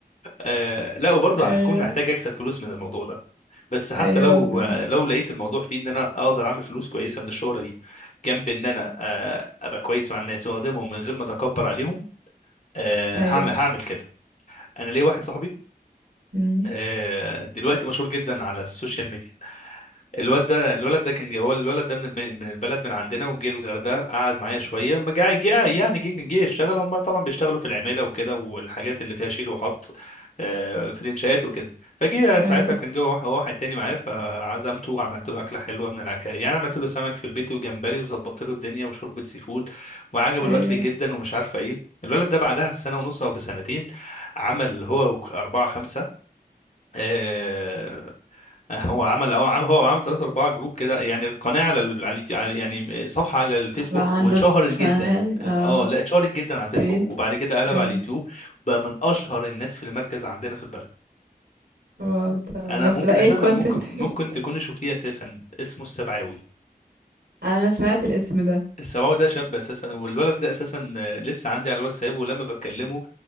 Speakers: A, on the left; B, on the right.
A: آه، لا وبرضه
B: ايوه
A: هكون محتاج اكسب فلوس من الموضوع ده بس حتى
B: ايوه
A: لو
B: بالظبط
A: لو لقيت الموضوع فيه ان انا اقدر اعمل فلوس كويسه من الشهره دي جنب ان انا آه، ابقى كويس مع الناس واخدمهم من غير ما اتكبر عليهم آه،
B: ايوه
A: هعمل هعمل كده انا ليا واحد صاحبي
B: مم.
A: آه، دلوقتي مشهور جدا على السوشيال ميديا الواد ده الولد ده كان جه هو الولد ده من الب- من البلد من عندنا وجه الغردقه قعد معايا شويه ما جه جه يعني جه جه يشتغل هم طبعا بيشتغلوا في العماله وكده والحاجات اللي فيها شيل وحط آه، في الانشاءات وكده فجه
B: ايوه
A: ساعتها كان جوه واحد واحد تاني معايا فعزمته وعملت له اكله حلوه من العكا يعني عملت له سمك في البيت وجمبري وظبطت له الدنيا وشوربه سي فود وعجبه
B: ايوه
A: الاكل جدا ومش عارفه ايه الولد ده بعدها بسنه ونص او بسنتين عمل هو اربعه خمسه آه، هو عمل اه عمل هو عمل ثلاثة أربعة جروب كده يعني قناة على ال- على اليوتيو- على- يعني صفحة على الفيسبوك
B: بقى عنده
A: واتشهرت
B: شانل
A: جدا اه
B: اه
A: لا اتشهرت جدا على الفيسبوك
B: بيج
A: وبعد كده قلب
B: ايوه
A: على اليوتيوب بقى من أشهر الناس في المركز عندنا في البلد
B: واو طب
A: أنا
B: بس
A: ممكن
B: بقى ايه
A: أساسا
B: الكونتنت
A: ممكن ممكن تكوني شفتيه أساسا اسمه السبعاوي
B: <laughs> انا سمعت الاسم ده
A: السماوي ده شاب اساسا والولد ده اساسا آه، لسه عندي على الواتساب ولما بكلمه